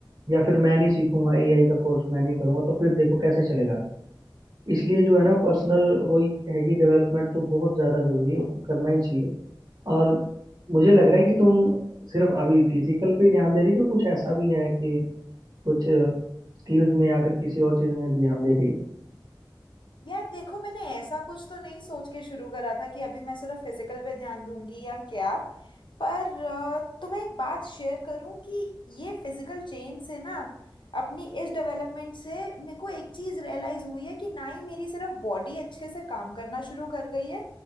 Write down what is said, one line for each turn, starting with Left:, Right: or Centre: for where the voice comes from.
Right: या फिर मैं नहीं सीखूंगा एआई का कोर्स मैं नहीं करूंगा तो फिर देखो कैसे चलेगा इसलिए जो है ना पर्सनल वही है कि डेवलपमेंट तो बहुत ज्यादा जरूरी है उसको करना ही चाहिए और मुझे लग रहा है कि तुम सिर्फ अभी फिजिकल पे ही ध्यान दे रही हो कि कुछ ऐसा भी है कि कुछ स्किल्स में या फिर किसी और चीज में भी ध्यान दे रही हो
Left: यार देखो मैंने ऐसा कुछ तो नहीं सोच के शुरू करा था कि अभी मैं सिर्फ फिजिकल पे ध्यान दूंगी या क्या पर अ, तुम्हें एक बात शेयर करूं कि ये फिजिकल चेंज से ना अपनी इस डेवलपमेंट से मेरे को एक चीज़ रियलाइज़ हुई है कि ना ही मेरी सिर्फ बॉडी अच्छे से काम करना शुरू कर गई है